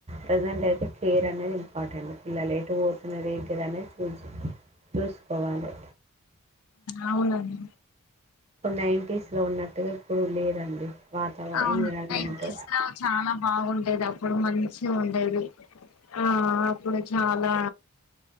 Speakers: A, on the right; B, on the left.
A: ప్రజెంట్ అయి కేర్ అనేది ఇంపార్టెంట్ పిల్లలు ఎటు పోతున్నది ఏంటిదినేది చూసి చూసుకోవాలే.
B: అవునండి
A: నైన్టీస్ లో ఉన్నట్టుగా ఇప్పుడు లేదండి. వాతావరణ
B: అవును
A: ఎన్విరాన్మెంట్
B: నైన్ డేస్ లో చాలా బాగుండేది అప్పుడు మంచిగా ఉండది ఆ అప్పుడు చాలా